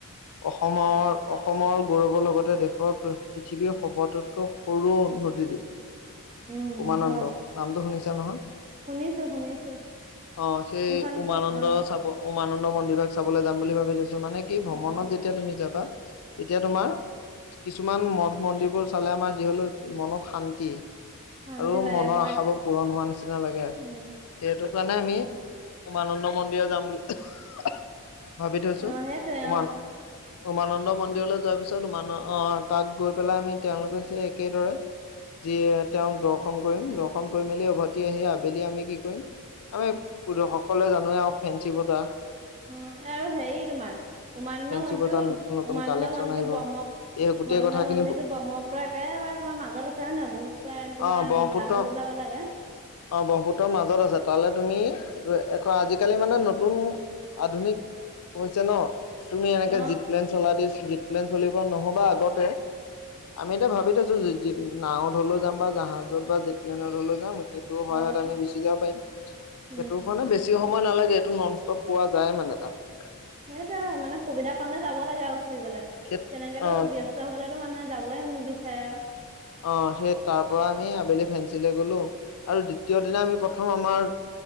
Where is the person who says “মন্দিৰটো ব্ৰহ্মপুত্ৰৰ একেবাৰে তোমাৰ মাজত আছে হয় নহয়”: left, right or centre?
Right